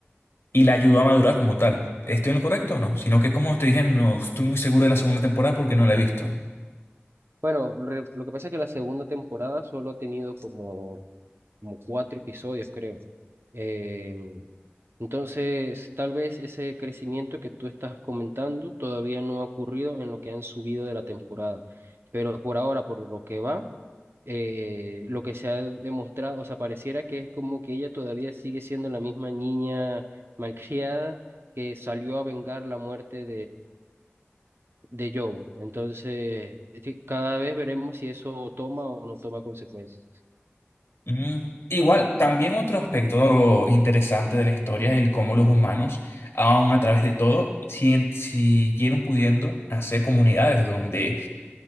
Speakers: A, on the left (about 80°); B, on the right (about 65°).
A: y la ayudó a madurar como tal. ¿Estoy en lo correcto o no? Sino que como te dije, no estoy muy seguro de la segunda temporada porque no la he visto.
B: Bueno, re- lo que pasa es que la segunda temporada solo ha tenido como, como cuatro episodios, creo. Eh, entonces, tal vez ese crecimiento que tú estás comentando todavía no ha ocurrido en lo que han subido de la temporada. Pero por ahora, por lo que va, eh, lo que se ha demostrado, o sea, pareciera que es como que ella todavía sigue siendo la misma niña malcriada que salió a vengar la muerte de Joe. Entonces, es que cada vez veremos si eso toma o no toma consecuencias.
A: Mm, Igual, también otro aspecto interesante de la historia es el cómo los humanos, aun a través de todo, siguen- siguieron pudiendo hacer comunidades donde,